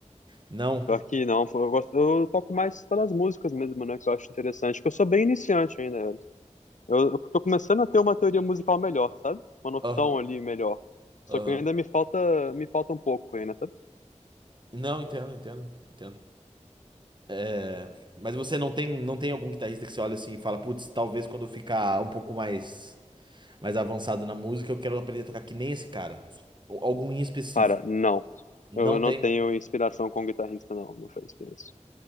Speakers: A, on the right; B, on the left.
A: Não?
B: Pior que não. pô, Eu gosto, eu toco mais pelas músicas mesmo, né? Que eu acho interessante. Porque eu sou bem iniciante ainda, velho. Eu, eu tô começando a ter uma teoria musical melhor, sabe? Uma
A: Aham,
B: noção ali melhor. Só
A: aham.
B: que ainda me falta, me falta um pouco ainda, sabe?
A: Não, entendo, entendo, entendo. É, mas você não tem, não tem algum guitarrista que você olha assim e fala, putz, talvez quando eu ficar um pouco mais mais avançado na música, eu quero aprender a tocar que nem esse cara. Ou Algum em específico.
B: Cara, não.
A: Não
B: Eu não
A: tem.
B: tenho inspiração com guitarrista, não. Não foi inspiração.